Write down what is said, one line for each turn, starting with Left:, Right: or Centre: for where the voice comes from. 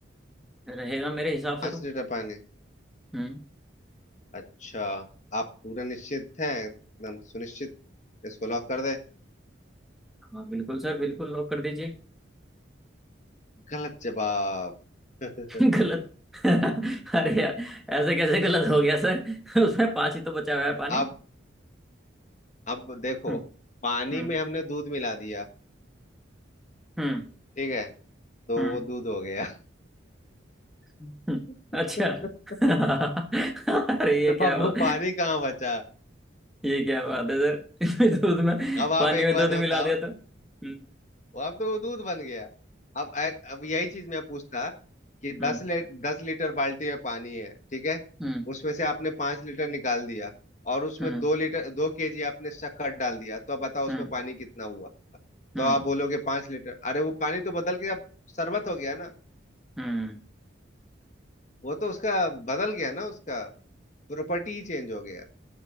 Centre: रहेगा मेरे हिसाब से
Left: पांच
Centre: तो
Left: लीटर पानी
Centre: हम्म
Left: अच्छा आप पूरा निश्चित हैं एकदम सुनिश्चित इसको लॉक कर दे
Centre: हाँ बिल्कुल सर बिल्कुल लॉक कर दीजिए
Left: गलत जवाब <laughs>
Centre: <laughs> गलत <laughs> अरे यार ऐसे कैसे गलत हो गया सर <laughs> उसमें पांच ही तो बचा हुआ है पानी
Left: अब अब देखो
Centre: हम्म
Left: पानी
Centre: हम्म
Left: में हमने दूध मिला दिया
Centre: हम्म
Left: ठीक है तो
Centre: हम्म
Left: वो दूध हो गया
Centre: हम्म, हम्म।
Left: <laughs>
Centre: अच्छा <laughs> अरे ये क्या
Left: अब
Centre: हुआ?
Left: वो पानी कहाँ बचा
Centre: ये क्या बात है सर <laughs> इसमें दूध में
Left: अब आप
Centre: पानी
Left: एक
Centre: में
Left: बात
Centre: दूध
Left: बताओ
Centre: मिला दिया तो हम्म
Left: वो अब तो वो दूध बन गया अब एक- अब यही चीज मैं पूछता कि
Centre: हम्म
Left: दस ले, दस लीटर बाल्टी में पानी है ठीक है
Centre: हम्म
Left: उसमें से आपने पांच लीटर निकाल दिया और उसमें
Centre: हम्म
Left: दो लीटर दो केजी आपने शक्कर डाल दिया तो अब बताओ
Centre: हम्म
Left: उसमें पानी कितना हुआ तो
Centre: हम्म
Left: आप बोलोगे पांच लीटर अरे वो पानी तो बदल के अब शरबत हो गया ना
Centre: हम्म,
Left: वो तो उसका बदल गया ना उसका प्रॉपर्टी ही चेंज हो गया